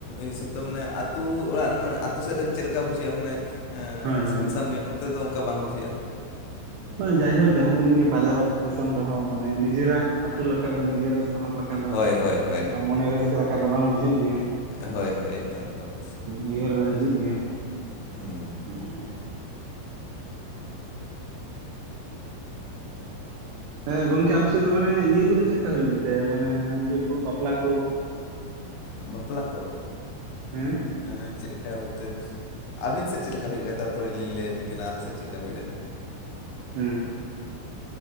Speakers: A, on the left; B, on the right.
A: ᱦᱤᱥᱟᱹᱵ ᱛᱮ ᱢᱟᱱᱮ ᱟᱹᱛᱩ ᱚᱲᱟᱜ ᱨᱮ ᱢᱟᱱᱮ ᱟᱹᱛᱩ ᱥᱮᱜ ᱨᱮ ᱪᱮᱫ ᱞᱮᱠᱟ ᱵᱩᱡᱷᱟᱹᱜᱼᱟ ᱢᱟᱱᱮ ᱮᱸ
B: ᱦᱳᱭ ᱦᱳᱭ
A: ᱥᱩᱱᱥᱟᱱ ᱧᱚᱜ ᱱᱚᱛᱮ ᱫᱚ ᱚᱝᱠᱟ ᱵᱟᱝ ᱵᱩᱡᱷᱟᱹᱜᱼᱟ᱾
B: ᱵᱟᱝ ᱡᱟᱭᱦᱳᱠ ᱡᱟᱦᱟᱸ ᱛᱤᱱᱟᱹᱜ ᱜᱮ ᱵᱟᱡᱟᱨ ᱫᱤᱥᱚᱢ ᱨᱮᱦᱚᱸ ᱢᱟᱱᱮ ᱱᱤᱡᱮᱨᱟᱜ ᱟᱛᱩ ᱞᱮᱠᱟ ᱫᱚ ᱱᱤᱡᱮᱨᱟᱜ ᱦᱚᱲ ᱞᱮᱠᱟ ᱫᱚ
A: ᱦᱳᱭ ᱦᱳᱭ ᱦᱳᱭ
B: ᱚᱝᱠᱟ ᱢᱚᱱᱮ ᱨᱟᱹᱥᱠᱟᱹ ᱞᱮᱠᱟ ᱫᱚ ᱵᱟᱝ ᱵᱩᱡᱷᱟᱹᱜ ᱜᱮᱭᱟ᱾
A: ᱦᱳᱭᱼᱦᱳᱭ, ᱮᱠᱫᱚᱢᱼᱮᱠᱫᱚᱢ᱾
B: ᱵᱤᱦᱟᱹᱨ ᱫᱚ ᱦᱟᱹᱡᱩᱜ ᱜᱮᱭᱟ᱾
A: ᱦᱩᱸ᱾
B: <inaudible> ᱦᱮᱸ ᱜᱚᱝᱠᱮ ᱟᱯᱮ ᱥᱮᱫ ᱫᱚ ᱢᱟᱱᱮ ᱤᱭᱟᱹ ᱠᱚᱫᱚ ᱪᱮᱫ ᱞᱮᱠᱟ ᱦᱩᱭᱩᱜ ᱜᱮᱛᱮ ᱢᱟᱱᱮ ᱤᱭᱟᱹ ᱠᱚ ᱵᱟᱯᱞᱟ ᱠᱳ?
A: ᱵᱟᱯᱞᱟ ᱠᱚ᱾
B: ᱦᱩᱸ᱾
A: ᱮᱸ ᱪᱮᱜᱠᱟ ᱵᱚᱛᱮ ᱟᱹᱵᱤᱱ ᱥᱮᱫ ᱪᱮᱫ ᱞᱮᱠᱟ ᱦᱩᱭᱩᱜ ᱜᱮᱭᱟ? ᱛᱟᱯᱚᱨᱮ ᱞᱤᱧ ᱞᱟᱹᱭᱟᱵᱤᱱ ᱠᱟᱱᱟ ᱟᱞᱮ ᱥᱮᱫ ᱪᱮᱜᱠᱟ ᱦᱩᱭᱩᱜᱼᱟ᱾
B: ᱦᱩᱸ᱾